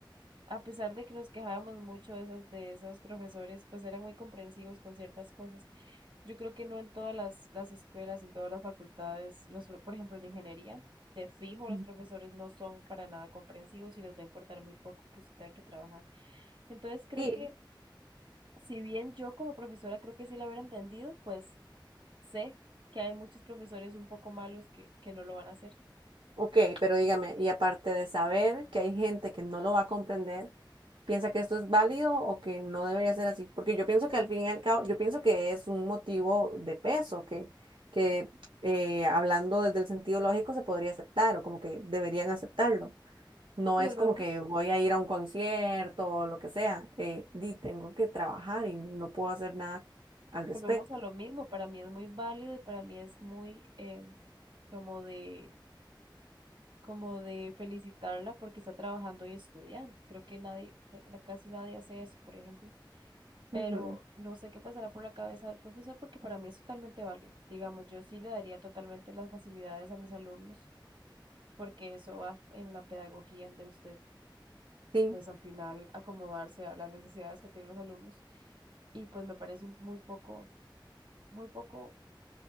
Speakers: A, on the right; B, on the right.
A: a pesar de que nos quejábamos mucho de esas, de esos profesores, pues eran muy comprensivos con ciertas cosas. Yo creo que no en todas las, las escuelas, en todas las facultades, los, pro- por ejemplo, en ingeniería, de fijo los
B: Mm.
A: profesores no son para nada comprensivos y les va a importar muy poco que usted tenga que trabajar. Entonces creo
B: Sí.
A: que si bien yo como profesora creo que sí lo hubiera entendido, pues Sé que hay muchos profesores un poco malos que, que no lo van a hacer.
B: Ok, pero dígame, y aparte de saber que hay gente que no lo va a comprender, ¿piensa que esto es válido o que no debería ser así? Porque yo pienso que al fin y al cabo, yo pienso que es un motivo de peso, que, que eh, hablando desde el sentido lógico se podría aceptar o como que deberían aceptarlo. No
A: Y
B: es
A: volvemos,
B: como que voy a ir a un concierto o lo que sea. Eh, di, tengo que trabajar y no puedo hacer nada al
A: volvemos
B: respecto.
A: a lo mismo. Para mí es muy válido y para mí es muy em, como de, como de felicitarla porque está trabajando y estudiando. Creo que nadie, ca- casi nadie hace eso, por ejemplo. Pero
B: Ujú,
A: no sé qué pasará por la cabeza del profesor porque para mí es totalmente válido. Digamos, yo sí le daría totalmente las facilidades a mis alumnos porque eso va en la pedagogía de ustedes.
B: Sí.
A: pues al final acomodarse a las necesidades que tienen los alumnos. Y pues me parece un- muy poco, muy poco